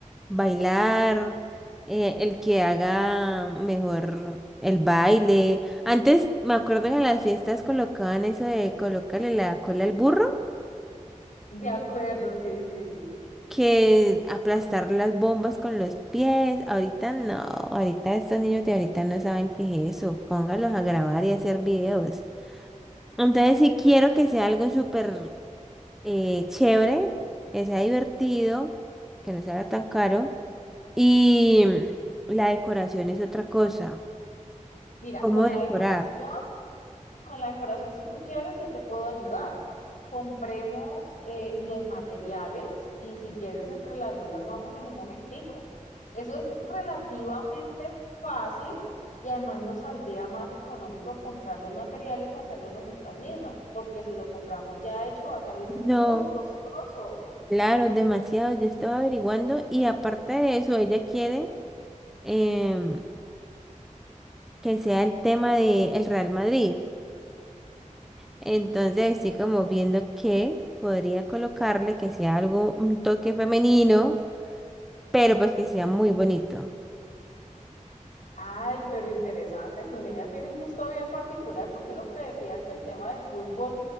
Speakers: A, in the centre; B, on the left.
A: bailar, eh, el que haga mejor el baile. Antes me acuerdo que en las fiestas colocaban eso de colocarle la cola al burro
B: De acuerdo, sí, sí, sí.
A: que aplastar las bombas con los pies. Ahorita no, ahorita estos niños de ahorita no saben qué es eso. Póngalos a grabar y a hacer videos. Entonces, si quiero que sea algo súper eh, chévere, que sea divertido, que no sea tan caro. Y la decoración es otra cosa.
B: Mira,
A: ¿Cómo
B: con
A: decorar?
B: la decoración. Con la decoración, si tú quieres, yo te puedo ayudar. Compremos eh, los materiales y si quieres, entre las dos lo armamos en un momentico. Eso es relativamente fácil y además nos saldría más económico comprar los materiales y hacerlo nosotras mismas, porque si lo compramos ya hecho va a salir muy
A: No,
B: costoso.
A: claro, demasiado. Yo estaba averiguando y aparte de eso, ella quiere em, que sea el tema del Real Madrid. Entonces, sí, como viendo que podría colocarle que sea algo, un toque femenino, pero pues que sea muy bonito.
B: Ay, pero interesante, tu niña tiene un gusto bien particular porque uno creería que el tema del fútbol